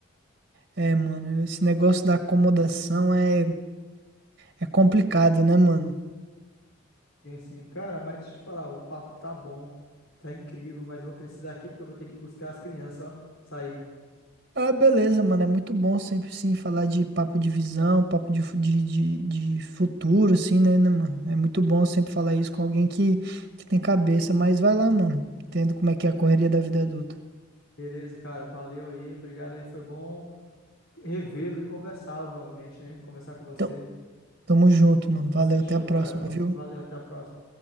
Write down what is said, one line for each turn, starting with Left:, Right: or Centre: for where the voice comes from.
Right: É, mano, esse negócio da acomodação é, é complicado, né, mano?
Left: Tem assim, cara, mas deixa eu te falar, o papo tá bom, tá incrível, mas eu vou precisar aqui porque eu vou ter que buscar as crianças, ó, sair.
Right: Ah, beleza, mano. É muito bom sempre, sim, falar de papo de visão, papo de, fu- de, de, de futuro, assim, né, né, mano? É muito bom sempre falar isso com alguém que, que tem cabeça. Mas vai lá, mano. Entendo como é que é a correria da vida adulta.
Left: Beleza, cara, valeu aí, obrigado aí, foi bom revê-lo e conversá-lo novamente, né? Conversar com você.
Right: Então, tamo junto, mano. Valeu,
Left: Fechou,
Right: até a próxima,
Left: cara, va-
Right: viu?
Left: valeu, até a próxima.